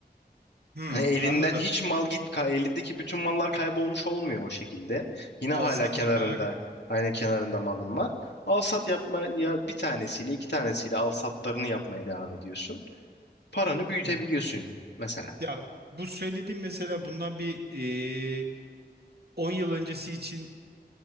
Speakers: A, on the right; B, on the left.
A: Hmm,
B: Hani elinden
A: anladım.
B: hiç mal git, ka- elindeki bütün mallar kaybolmuş olmuyor o şekilde. Yine hala
A: Al sat
B: kenarında,
A: yaparak.
B: aynı kenarında malın var. Al sat yapma ya bir tanesiyle iki tanesiyle al satlarını yapmaya devam ediyorsun. Paranı büyütebiliyorsun
A: Hı hı.
B: mesela.
A: Ya bu söylediğim mesela bundan bir e, 10 yıl öncesi için